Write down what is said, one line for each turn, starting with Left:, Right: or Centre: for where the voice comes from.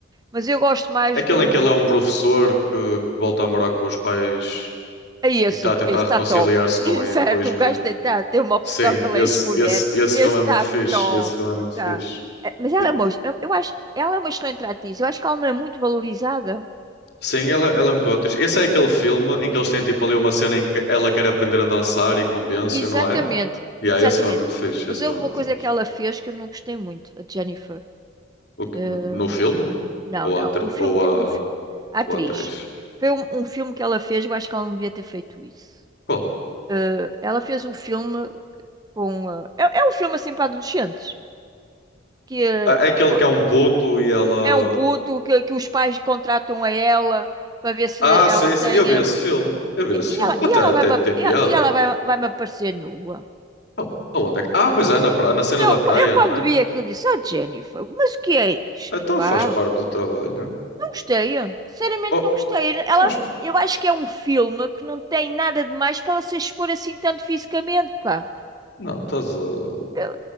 Right: mas eu gosto mais
Left: Aquele
Right: do.
Left: em que ele é um professor que, que volta a morar com os pais
Right: É esse,
Left: e que está
Right: esse
Left: a tentar reconciliar-se
Right: está top. <laughs>
Left: com a,
Right: Certo,
Left: com a ex-mulher.
Right: o gajo tem, tá, tem uma opção
Left: Sim,
Right: pela
Left: esse,
Right: ex-mulher.
Left: esse, esse
Right: Esse
Left: filme é
Right: está
Left: muito fixe.
Right: top,
Left: Esse filme é muito
Right: tá.
Left: fixe.
Right: Mas ela
Left: E-
Right: é uma, eu eu acho, ela é uma excelente atriz. Eu acho que ela não é muito valorizada.
Left: sim, ela, ela é muito atriz. Esse é aquele filme em que eles têm tipo ali uma cena em que ela quer aprender a dançar e convence-o,
Right: Exatamente,
Left: não é? E aí,
Right: exatamente.
Left: esse filme é muito fixe.
Right: Mas
Left: Esse
Right: houve
Left: filme é
Right: uma
Left: muito
Right: coisa
Left: fixe.
Right: que ela fez que eu não gostei muito, a Jennifer.
Left: O que-
Right: Eh,
Left: no filme?
Right: não,
Left: Ou
Right: não.
Left: a, atri-
Right: Um filme
Left: ou
Right: que,
Left: a,
Right: um, fi- a atriz.
Left: ou a atriz?
Right: Foi um, um filme que ela fez, eu acho que ela não devia ter feito isso.
Left: Qual?
Right: Eh, ela fez um filme com. eh, é, é um filme assim para adolescentes. Que
Left: Ah,
Right: eh,
Left: É aquele
Right: pô,
Left: que é um puto e ela.
Right: é um puto que, que os pais contratam a ela para ver se
Left: Ah,
Right: ela
Left: sim, sim,
Right: tenha
Left: eu vi esse filme. Eu vi
Right: E
Left: esse
Right: e
Left: filme.
Right: ela,
Left: Até,
Right: e ela
Left: até
Right: vai-me
Left: tem
Right: ap- e
Left: piada.
Right: ela e ela vai, vai-me aparecer nua.
Left: Oh, aonde é que... Ah, pois é, na, pra- na cena
Right: Eu,
Left: da
Right: eu
Left: praia,
Right: quando
Left: não é?
Right: vi aquilo disse, ah, Jennifer, mas o que é isto,
Left: Então
Right: pá?
Left: faz parte do trabalho.
Right: Não gostei, sinceramente
Left: Oh,
Right: não gostei. Ela,
Left: faz...
Right: eu acho que é um filme que não tem nada de mais para ela se expor assim tanto fisicamente, pá.
Left: Não, estás a...
Right: Eu